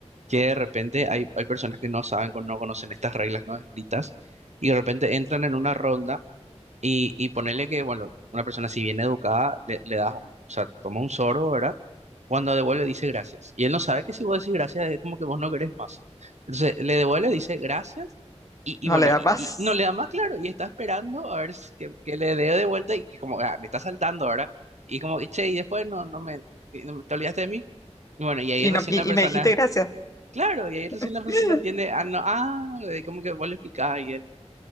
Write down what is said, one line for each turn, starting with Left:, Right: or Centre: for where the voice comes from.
Right: que de repente hay, hay personas que no saben, con- no conocen estas reglas no escritas, y de repente entran en una ronda. Y, y ponerle que, bueno, una persona si bien educada, le, le das un, o sea, toma un sorbo, ¿verdad? Cuando devuelve dice gracias. Y él no sabe que si vos decís gracias es como que vos no querés más. Entonces le devuelve, dice gracias y, y
Left: No
Right: bueno,
Left: le da
Right: y,
Left: más.
Right: y no le da más claro y está esperando a ver si, que, que le dé de vuelta y que como ah, me está saltando, ¿verdad? Y como, y che, y después no, no me, y no me- te olvidaste de mí. Y bueno, y ahí
Left: Y,
Right: recién
Left: no, y,
Right: la persona,
Left: y me dijiste gracias.
Right: <laughs> claro, y ahí recién
Left: <laughs>
Right: la persona entiende, ah, no, ah, eh, como que vos le explicás y él